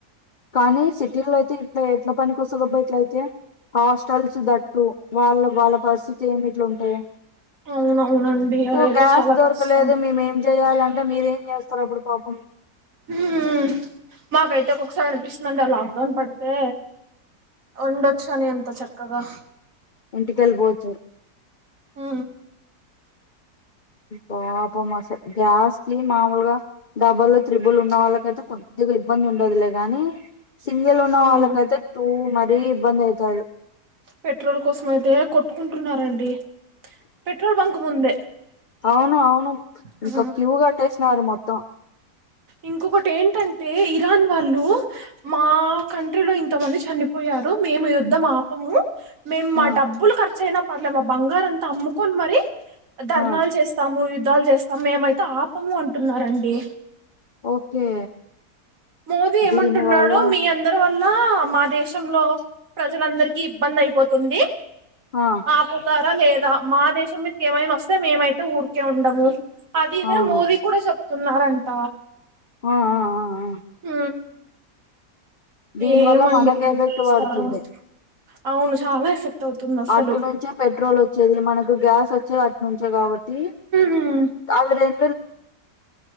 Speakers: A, on the left; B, on the right.
A: కానీ సిటీలో అయితే ఇట్లా ఎట్ల పని కోస్తదబా ఇట్లయితే హాస్టల్స్ దట్ టు వాళ్ళ వాళ్ళ పరిస్థితి ఏమి ఇట్లుంటే
B: అవునవునండి
A: తో
B: అదైతే
A: క్యాస్
B: చాలా
A: దొరకలేదు.
B: కష్టం
A: మేమ్ ఏం చెయాలన్ అంటే మీరేం చేస్తారు అప్పుడు పాపం
B: హ్మ్ మాకైతే ఒకొక్కసారి అనిపిస్తుందండి. ఆ లాక్డౌన్ పడితే, ఉండొచ్చని అంత చక్కగా
A: ఇంటికెళ్ళిపోవచ్చు
B: ఆ
A: పాపం అసలు గ్యాస్ కి మామూలుగా డబుల్ త్రిబుల్ ఉన్న వాళ్ళకయితే కొద్దిగా ఇబ్బంది ఉండదులే గాని సింగిల్ ఉన్న
B: అవును
A: వాళ్ళకైతే టూ మరీ ఇబ్బంది అవుతుంది
B: పెట్రోల్ కోసం అయితే కొట్టుకుంటున్నారండి పెట్రోల్ బంక్ ముందే
A: అవును అవును ఇంకా
B: ఆ
A: క్యూ కట్టేసినారు మొత్తం
B: ఇంకొకటి ఏంటంటే ఇరాన్ వాళ్ళు మా కంట్రీలో ఇంతమంది చని పోయారు మేము యుద్ధం ఆపము మేము మా
A: ఆ
B: డబ్బులు ఖర్చు అయినా పర్లేము మా బంగారు అంతా అమ్ముకొని మరి ధర్నాలు
A: ఆ
B: చేస్తాము యుద్ధాలు చేస్తాము మేమైతే ఆపము అంటున్నారండి
A: ఓకే
B: మోదీ ఏమంటున్నాడు
A: దీని వల్ల
B: మీ అందరి వల్ల ఇలా మా దేశంలో ప్రజలందరికీ ఇబ్బంది అయిపోతుంది
A: ఆ
B: ఆపుతారా లేదా మా దేశం మీద ఏమైనా వస్తే మేమైతే ఊరికే ఉండము అది ఇదే
A: అవును
B: మోదీ కూడా చెప్తున్నారంట
A: ఆ ఆ ఆ ఆ
B: అ
A: దీని
B: ఏమండి
A: వల్ల మనకి
B: ఏం
A: ఎఫెక్ట్
B: చేస్తారు
A: పడుతుంది
B: అవును చాలా ఎఫెక్ట్ అవుతుంది అసలు
A: అటు నుంచే పెట్రోల్ వచ్చేది మనకు గ్యాస్ వచ్చేది అట్ నుంచే కాబట్టి
B: మ్మ్.
A: అవి రెం